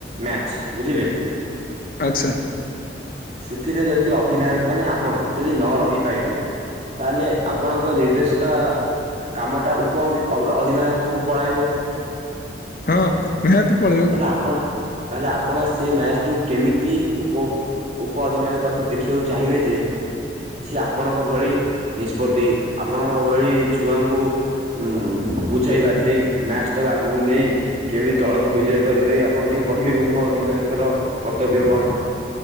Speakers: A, on the right (about 40°); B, on the left (about 50°).
A: ମ୍ୟାଚ ବୁ ଝିଲେ
B: ଆଚ୍ଛା।
A: ସେଥିରେ ଯଦି ଅଧିନାୟକ ମାନେ ଆପଣ ଯଦି ନ ରହିପାଇଲେ ତାହେଲେ ଆପଣଙ୍କ ନିର୍ଦ୍ଦେଶତା କାମଟା ଉପ ଅଧିନାୟକ ପାଖକୁ ପଳେଇବ। <inaudible>
B: ହଁ ନିହାତି ପଳେଇବ
A: ତାହେଲେ ଆପଣ ତାହେଲେ ଆପଣ ସେ ମ୍ୟାଚ ଟିକୁ କେମିତି ଉପଭୋ ଉପଅଧିନାୟକ ପାଖରୁ ଦେଖିବାକୁ ଚାହିଁବେ ଯେ ସିଏ ଆପଣଙ୍କ ଭଳି ନିସ୍ ପତି ଆପଣଙ୍କ ଭଳି ଛୁଆଙ୍କୁ ଉ ବୁଝାଇ ବାଝେଇ ମ୍ୟାଚ ଟାକୁ ଆଗକୁ ନେଇ କେମିତି ଦଳକୁ ବିଜେ କରିପାରିବେ ଆପଣ ଟିକେ କହିବେ ଉପ ଅଧିକାୟକର କର୍ତ୍ତବ୍ୟ କଣ?